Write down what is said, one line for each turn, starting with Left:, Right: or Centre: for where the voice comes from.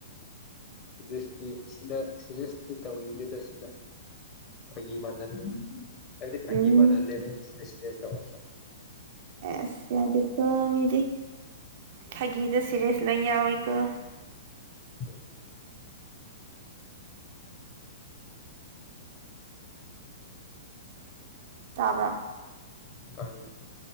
Left: ꯁꯤꯔꯤꯁꯇꯤ ꯁꯤꯗ ꯁꯤꯦꯔꯤꯁꯇꯤ ꯇꯧꯅꯤꯡꯗꯦꯗ ꯁꯤꯗ ꯐꯥꯒꯤ ꯃꯥꯟꯍꯜꯂꯤ ꯍꯥꯏꯕꯗꯤ ꯐꯥꯒꯤ
Right: ꯎꯝ
Left: ꯃꯥꯟꯍꯜꯂꯦꯕꯁꯤꯁ ꯇꯧꯔꯁꯨ
Right: ꯁꯦ ꯌꯥꯗꯦꯀꯣ ꯃꯤꯗꯤ ꯐꯥꯒꯤꯗ ꯁꯤꯦꯔꯦꯁ ꯂꯪ ꯌꯥꯎꯏꯤꯀꯣ
Left: <inaudible>
Right: ꯇꯥꯕ꯭ꯔ
Left: ꯇꯥꯏꯌꯦ